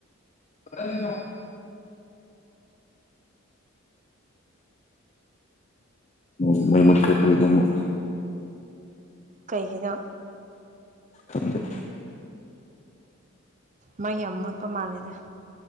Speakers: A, on the left (about 30°); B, on the right (about 35°).
A: ꯀꯩꯅꯣ ꯎꯝ ꯃꯩ ꯃꯨꯠꯈꯔꯦ ꯈꯣꯏꯒꯤꯗꯤ ꯃꯨꯛ
B: ꯀꯩꯒꯤꯅꯣ
A: ꯈꯪꯗꯦ
B: ꯃꯩ ꯌꯥꯝ ꯃꯣꯠꯄ ꯃꯥꯜꯂꯦꯗ